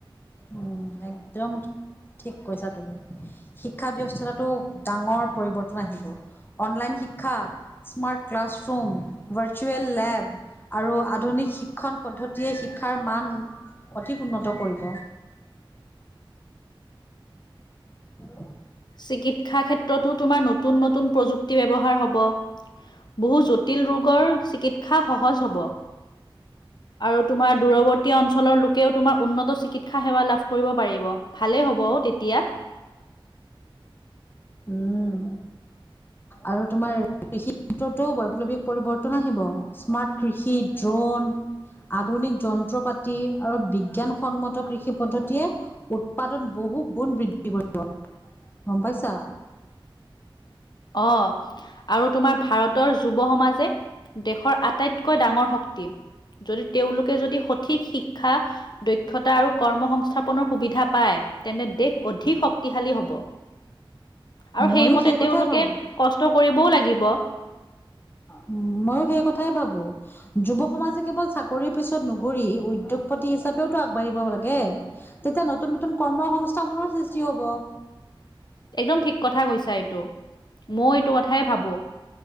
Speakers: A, on the left (about 25°); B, on the left (about 50°).
A: উম, একদম ঠিক কৈছা তুমি। শিক্ষা ব্যবস্থাটো ডাঙৰ পৰিৱৰ্তন আহিব। অনলাইন শিক্ষা, স্মাৰ্ট ক্লাছৰুম, ভাৰ্চুুৱেল লেব। আধুনিক শিক্ষণ পদ্ধতিয়ে, শিক্ষাৰ মান অধিক উন্নত কৰিব। হেল্ল,
B: চিকিৎসা ক্ষেত্ৰতো তোমাৰ নতুন, নতুন প্ৰযুক্তি ব্যৱহাৰ হ'ব। বহুত জটিল ৰোগৰ, চিকিৎসা সহজ হ'ব। আৰু তোমাৰ দূৰৱৰ্তী অঞ্চলৰ লোকেও তোমাৰ উন্নত চিকিৎসা সেৱা লাভ কৰিব পাৰিব। ভালেই হ'ব অ, তেতিয়া।
A: উম, আৰু তোমাৰ কৃষি ক্ষেত্ৰতো, বৈপ্লৱিক পৰিৱৰ্তন আহিব। স্মাৰ্ট কৃষি, ড্ৰোন আধুনিক যন্ত্ৰ পাতি আৰু বিজ্ঞানসন্মত কৃষি পদ্ধতিয়ে উৎপাদন বহু গুণ বৃদ্ধি কৰিব, গম পাইছা?
B: অ, আৰু তোমাৰ ভাৰতৰ যুৱ সমাজে দেশৰ আ আটাইতকৈ ডাঙৰ শক্তি, যদি তেওঁলোকে যদি সঠিক শিক্ষা দক্ষতা আৰু কৰ্ম সংস্থাপনৰ সুবিধা পায়, তেন্তে দেশ অধিক শক্তিশালী হ'ব। আৰু
A: ময়ো
B: সেইমতে
A: সেই
B: তেওঁলোকে
A: কথাই ভাবো।
B: কষ্ট কৰিবও লাগিব।
A: উম, ময়ো সেই কথাই ভাবো। যুৱ সমাজে কেবল চাকৰিৰ পিছত নুঘুৰি, উদ্যোগপতি হিচাপেওতো আগবাঢ়িব লাগে। তেতিয়া নতুন, নতুন কৰ্ম সংস্থাপনৰ সৃষ্টি হ'ব।
B: একদম ঠিক কথা কৈছা এইটো, মই এইটো কথাই ভাবো।